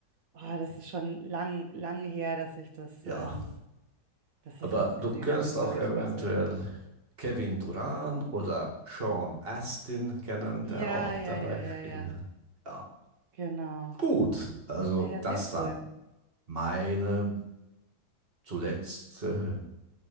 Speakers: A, on the right; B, on the right.
A: Oh, das ist schon lang, lang her, dass ich das,
B: Ja,
A: ähm, dass
B: Aber
A: ich das gesehen
B: du kannst
A: habe in
B: auch
A: Glorious
B: eventuell
A: Bastard.
B: Kevin Durant oder Sean Astin kennen,
A: Ja,
B: der auch
A: ja,
B: dabei
A: ja, ja,
B: spielt.
A: ja.
B: Ja.
A: Genau.
B: Gut, also
A: Ah, ja,
B: das
A: sehr
B: war
A: cool.
B: meine zuletzt äh,